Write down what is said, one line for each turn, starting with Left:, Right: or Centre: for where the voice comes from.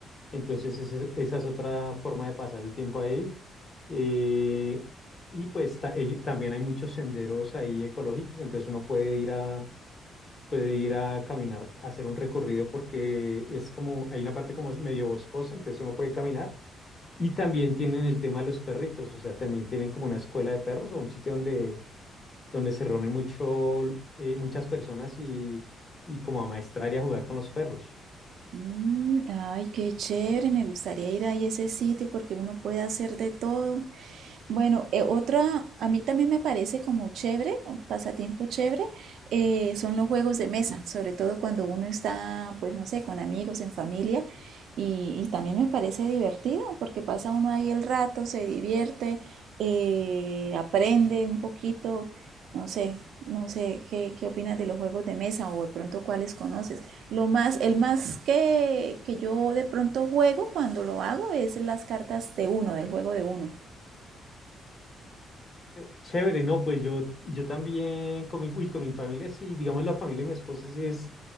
Left: entonces ese- esa es otra forma de pasar el tiempo ahí. Eh, y pues ta- eh, también hay muchos senderos ahí ecológicos, entonces uno puede ir a, puede ir a caminar, a hacer un recorrido porque es como, hay una parte como es medio boscosa, entonces uno puede caminar. Y también tienen el tema de los perritos, o sea, también tienen como una escuela de perros o un sitio donde, donde se reúnen mucho, eh, muchas personas y, y como a maestrar y a jugar con los perros.
Right: Mm, ay, qué chévere, me gustaría ir ahí a ese sitio porque uno puede hacer de todo. Bueno, eh, otra, a mí también me parece como chévere, un pasatiempo chévere, eh, son los juegos de mesa, sobre todo cuando uno está, pues no sé, con amigos, en familia, y, y también me parece divertido porque pasa uno ahí el rato, se divierte, eh, aprende un poquito. No sé, no sé qué, qué opinas de los juegos de mesa o de pronto cuáles conoces. Lo más, el más que, que yo de pronto juego cuando lo hago es las cartas de uno, del juego de uno.
Left: Eh, Chévere, no, pues yo, yo también con mi, uy, con mi familia, sí, digamos la familia de mi esposa sí es